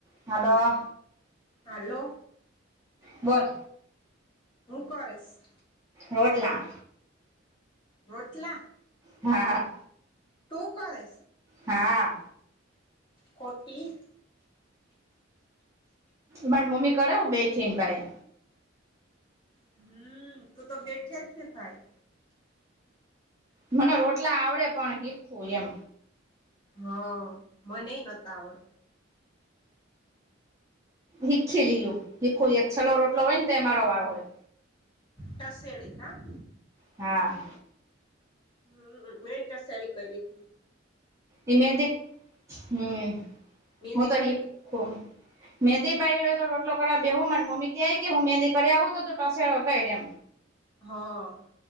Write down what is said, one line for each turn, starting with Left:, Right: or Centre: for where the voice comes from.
Right: હાલો
Left: હાલો
Right: બોલ
Left: હું કરેશ?
Right: રોટલા
Left: રોટલા?
Right: હા હા
Left: તું કરે?
Right: હા
Left: ખોટી
Right: મારે મમ્મી કરે હું બેઠી એન પાહે
Left: હમ્મ તું તો બેઠે જ ને ભાઈ
Right: મને રોટલા આવડે પણ હીખવું એમ.
Left: હા મનેય નતા આવડ-
Right: હીખી લીયું હીખું એક છલ્લો રોટલો હોયન તએ મારો વારો હોય.
Left: ટસેળી કાં?
Right: હા
Left: હમ્મ મેય ટસેડી કઈરીતી
Right: એ મેદી હમ્મ
Left: મહેંદી
Right: હો તો <unintelligible>
Left: પાયડી
Right: મેંદી પાયડી હોય તો રોટલો કરવા બેહું મારી મમ્મી કેય કે હું મેંદી કરી આવું તો તુ ટસેડો કયર એમ
Left: હા